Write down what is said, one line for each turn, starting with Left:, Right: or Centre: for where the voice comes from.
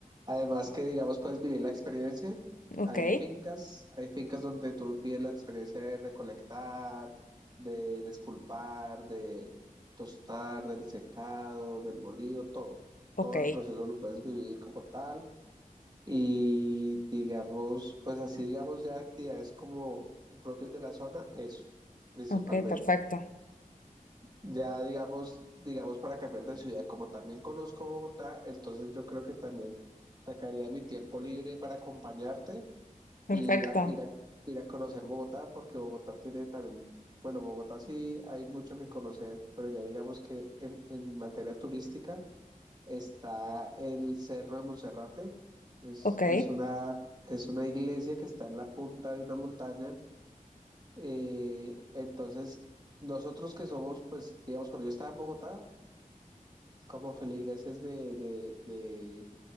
Right: Además que, digamos, puedes vivir la experiencia.
Left: Ok.
Right: Hay fincas, hay fincas donde tú pides la experiencia de recolectar, de despulpar, de tostar, del secado, del molido, todo.
Left: Ok.
Right: Todo el proceso lo puedes vivir como tal. Y digamos, pues así, digamos, ya actividades como propias de la zona, eso, principalmente.
Left: Ok, perfecto.
Right: Ya digamos, digamos para cambiar de ciudad, como también conozco Bogotá, entonces yo creo que también sacaría mi tiempo libre para acompañarte e
Left: Perfecto.
Right: ir a, ir a, ir a conocer Bogotá, porque Bogotá tiene también, bueno, Bogotá sí hay mucho que conocer, pero ya digamos que en, en materia turística está el Cerro de Monserrate, es,
Left: Ok.
Right: es una, es una iglesia que está en la punta de una montaña, eh, entonces... Nosotros que somos, pues, digamos, cuando yo estaba en Bogotá, como feligreses de, de, de,